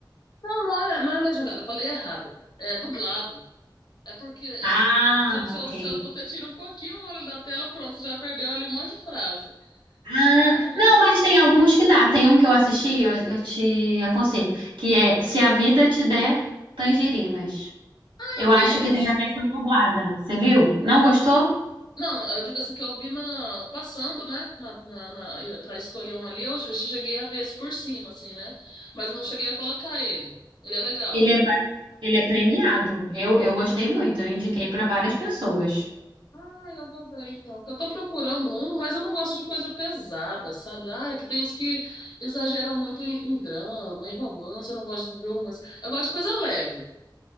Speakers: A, on the left; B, on the right.
A: Não, não é, não é legendado, eu falei errado. É dublado. É porque, é,
B: Ah,
A: gente, se,
B: ok.
A: eu- se eu- você tira um pouquinho o olho da tela, pronto, você já perdeu ali um monte de frase.
B: Ah,
A: E ai,
B: não, mas tem alguns que dá. Tem um que eu assisti, eu, eu te aconselho, que é Se a Vida Te Der Tangerinas.
A: eu
B: Eu acho
A: vi
B: que
A: esse.
B: tem a versão dublada. Você viu? Não gostou?
A: Não, não, eu digo assim que eu vi na, passando, né? Na, na, na- pra escolher um ali, eu che- cheguei a ver esse por cima, assim, né? Mas eu não cheguei a colocar ele. Ele é legal.
B: Ele é, pa- ele é premiado. Eu, eu gostei muito. Eu indiquei para várias pessoas.
A: Ah, eu vou ver então. Porque eu tô procurando um, mas eu não gosto de coisa pesada, sabe? Ah, é que tem os que exageram muito em, em drama, em romance. Eu não gosto de ver romance. Eu gosto de coisa leve. <laughs>